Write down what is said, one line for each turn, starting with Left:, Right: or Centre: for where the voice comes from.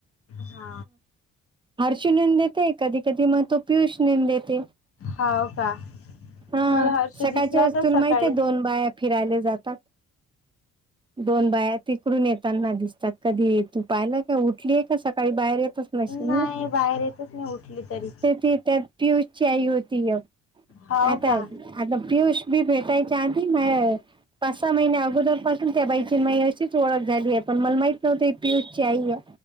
Left: हा
Right: हर्षी नेन देते कधी कधी मग तो पियुष नेन देते
Left: हाव का
Right: हा
Left: मला हर्ष
Right: सकाळच्या
Left: दिसला
Right: वस्
Left: तर
Right: तुल
Left: सकाळी
Right: माहिते दोन बाया फिरायले जातात दोन बाया तिकडून येताना दिसतात कधी तू पाहिला का उठलीय का सकाळी बाहेर येतच नसेल
Left: नाही
Right: ना
Left: बाहेर येतच उठली तरी
Right: त्या पियुष ची आई होती एक
Left: हाव
Right: आता
Left: का
Right: आता पियुष बी भेटायच्या आध म पाच सहा महिने्या अगोदर पाासून त्या बाईची मा अशीच ओळख झाली आहे पण मला माहिित तू ती पियुष ची आई ह